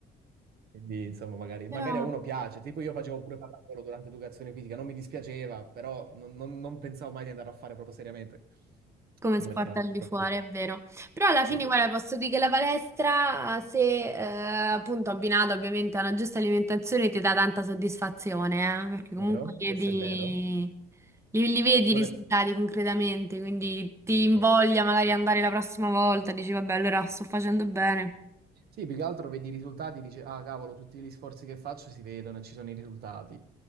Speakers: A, on the right (about 65°); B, on the right (about 15°).
A: quindi insomma magari,
B: Però
A: magari a uno piace, tipo io facevo pure pallavolo durante educazione fisica, non mi dispiaceva, però non, non- non pensavo mai di andare a fare proprio seriamente,
B: come
A: appunto
B: sport
A: perché magari
B: al di
A: ero
B: fuori,
A: più giovane.
B: è vero. Però alla fine,
A: Sì,
B: guarda, posso dire che la palestra, se eh, appunto abbinata ovviamente a una giusta alimentazione, ti dà tanta soddisfazione, eh, perché comunque
A: vero,
B: chiedi.
A: questo è vero.
B: Li, li vedi
A: Vuole-
B: i risultati concretamente, quindi ti invoglia
A: Sì.
B: magari andare la prossima volta, dici vabbè, allora sto facendo bene.
A: Sì, più che altro vedi i risultati, dici, ah cavolo, tutti gli sforzi che faccio si vedono e ci sono i risultati.